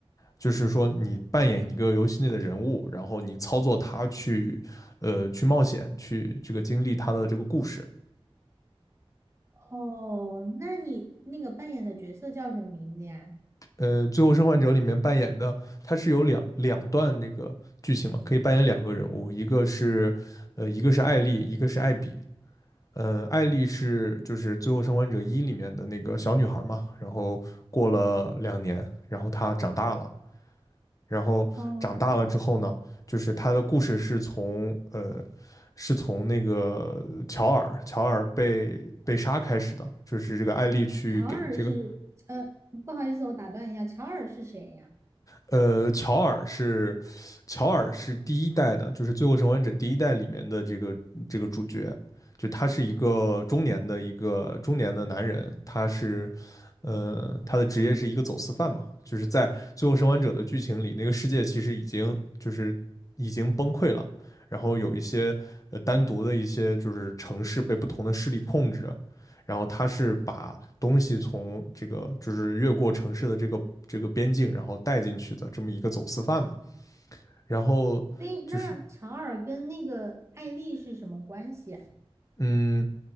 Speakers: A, on the left (about 35°); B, on the right (about 30°).
A: 就是说你扮演一个游戏内的人物，然后你操作他去，呃，去冒险，去这个经历他的这个故事。
B: 哦，那你那个扮演的角色叫什么名字呀？
A: 呃，《最后生还者》里面扮演的，它是有两两段这个剧情嘛，可以扮演两个人物，一个是，呃，一个是艾丽，一个是艾比。呃，艾丽是就是《最后生还者一》里面的那个小女孩嘛，然后过了两年，然后她长大了，然后长大了之后呢，
B: 哦，
A: 就是他的故事是从呃，是从那个乔尔乔尔被被杀开始的，就是这个艾丽去给这个
B: 乔尔是，呃，不好意思，我打断一下，乔尔是谁呀？
A: 呃，乔尔是乔尔是第一代的，就是《最后生还者》第一代里面的这个这个主角，就他是一个中年的一个中年的男人，他是呃他的职业是一个走私犯嘛，就是在《最后生还者》的剧情里，那个世界其实已经就是已经崩溃了，然后有一些呃单独的一些就是城市被不同的势力控制，然后他是把东西从这个就是越过城市的这个这个边境，然后带进去的这么一个走私犯嘛。然后就是
B: 所以那乔尔跟那个艾丽是什么关系啊
A: 嗯，